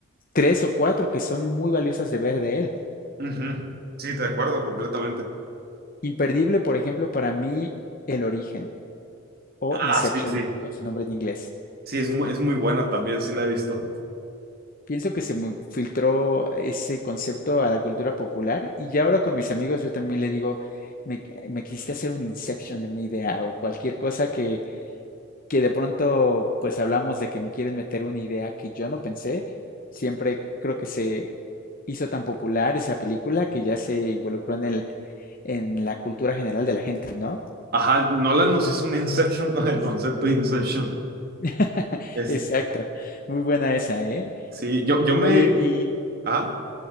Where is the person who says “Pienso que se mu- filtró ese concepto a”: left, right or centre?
Left